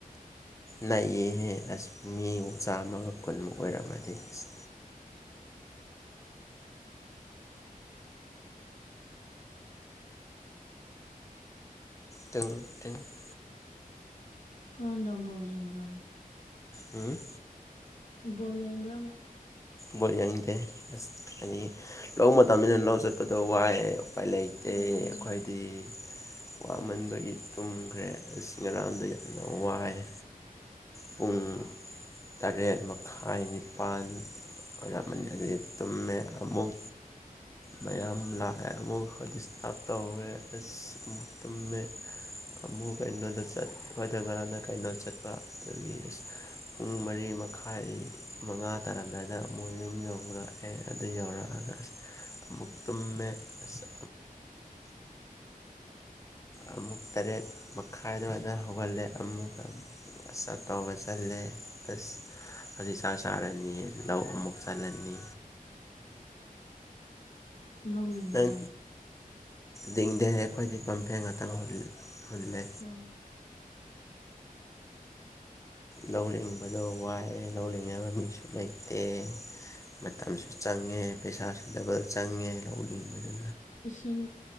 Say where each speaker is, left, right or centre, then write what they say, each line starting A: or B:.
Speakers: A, on the left; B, on the left.
A: ꯅꯩꯍꯦ ꯑꯁ ꯃꯤ ꯆꯥꯝꯃꯒ ꯀꯨꯟꯃꯨꯛ ꯑꯣꯏꯔꯝꯃꯗꯤ ꯏꯁ ꯇꯤꯡ ꯇꯤꯡ <unintelligible>
B: ꯉꯔꯥꯡ ꯅꯨꯡꯗꯥꯡ ꯕꯣꯜ ꯌꯦꯡꯕ꯭ꯔꯣ
A: ꯑꯝ
B: ꯕꯣꯜ ꯌꯦꯡꯕ꯭ꯔꯥꯕ
A: ꯕꯣꯜ ꯌꯥꯡꯗꯦ ꯑꯁ ꯑꯗꯒꯤ ꯂꯧ ꯃꯇꯝꯅꯤꯅ ꯂꯧ ꯆꯠꯄꯗꯣ ꯋꯥꯏꯑꯦ ꯎꯄꯥꯏ ꯂꯩꯇꯦ
B: ꯑꯣ
A: ꯑꯈꯣꯏꯗꯤ ꯋꯥꯃꯟꯕꯒꯤ ꯇꯨꯝꯈ꯭ꯔꯦ ꯑꯁ ꯉꯔꯥꯡꯗꯩ ꯌꯥꯝ ꯋꯥꯏꯌꯦ ꯄꯨꯡ ꯇꯔꯦꯠ ꯃꯈꯥꯏ ꯅꯤꯄꯥꯟ ꯑꯣꯏꯔꯝꯃꯅꯤ ꯑꯗꯨꯗꯤ ꯇꯨꯝꯃꯦ ꯑꯃꯨꯛ ꯃꯌꯥꯝ ꯂꯥꯛꯑꯦ ꯑꯃꯨꯛ ꯍ ꯗꯤꯁꯇꯥꯔꯞ ꯇꯧꯔꯦ ꯑꯁ ꯑꯃꯨꯛ ꯇꯨꯝꯃꯦ ꯑꯃꯨꯛ ꯀꯩꯅꯣꯗ ꯆꯠ ꯑꯩꯈꯣꯏꯗ ꯉꯔꯥꯡꯗ ꯀꯩꯅꯣ ꯆꯠꯄ ꯑꯗꯒꯤ ꯑꯁ ꯄꯨꯡ ꯃꯔꯤ ꯃꯈꯥꯏ ꯃꯉꯥ ꯇꯥꯔꯝꯗꯥꯏꯗ ꯃꯣꯏ ꯌꯨꯝ ꯌꯧꯕ꯭ꯔꯥ ꯑꯦ ꯑꯗꯨ ꯌꯧꯔꯛꯑꯒ ꯑꯁ ꯑꯃꯨꯛ ꯇꯨꯝꯃꯦ ꯑꯁ ꯑꯃꯨꯛ ꯇꯔꯦꯠ ꯃꯈꯥꯏ ꯑꯗꯨꯋꯥꯏꯗ ꯍꯧꯒꯠꯂꯦ ꯑꯃꯨꯛꯀ ꯑꯁꯁ ꯇꯧꯕ ꯆꯠꯂꯦ ꯑꯁ ꯍꯧꯖꯤꯛ ꯆꯥꯛ ꯆꯥꯔꯅꯤ ꯂꯧ ꯑꯃꯨꯛ ꯆꯜꯂꯅꯤ
B: ꯂꯧ ꯂꯤꯡꯕꯔꯣ
A: ꯅꯪ ꯂꯤꯡꯗꯦ ꯑꯩꯈꯣꯏꯗꯤ ꯄꯝꯐꯦꯟ ꯉꯥꯇꯪ ꯍꯨꯜ ꯍꯨꯜꯂꯦ
B: ꯑꯣ
A: ꯂꯧ ꯂꯤꯡꯕꯗꯣ ꯋꯥꯏꯑꯦ ꯂꯧ ꯂꯤꯡꯅꯕ ꯃꯤꯁꯨ ꯂꯩꯇꯦ ꯃꯇꯝꯁꯨ ꯆꯪꯉꯦ ꯄꯩꯁꯥꯁꯨ ꯗꯕꯜ ꯆꯪꯉꯦ ꯂꯧꯂꯤꯡꯕꯗꯨ
B: ꯏꯁꯤꯡ